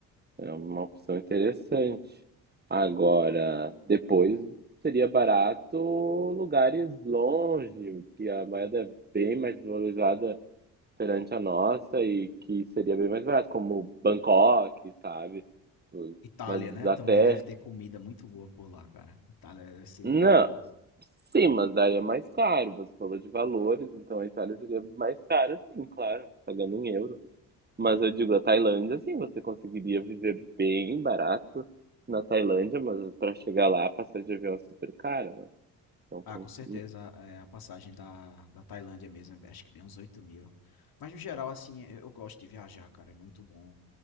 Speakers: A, on the right; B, on the left.
A: É uma opção interessante. Agora, depois seria barato lugares longe, que a moeda é bem mais valorizada perante a nossa e que seria bem mais barato, como Bangkok, sabe?
B: Itália,
A: Mas
B: né?
A: até.
B: Também deve ter comida muito boa por lá, cara. Itália deve ser incrível.
A: Não, sim, mas daí é mais caro. Você falou de valores, então a Itália seria mais cara, sim, claro, pagando em euro. Mas eu digo, a Tailândia, sim, você conseguiria viver bem barato na Tailândia, mas para chegar lá, a passagem de avião é super cara, né? Então tem
B: Ah, com
A: que.
B: certeza,
A: ir.
B: é, a passagem da, da Tailândia mesmo, é, acho que bem uns 8 mil. Mas no geral, assim, eu eu gosto de viajar, cara, é muito bom.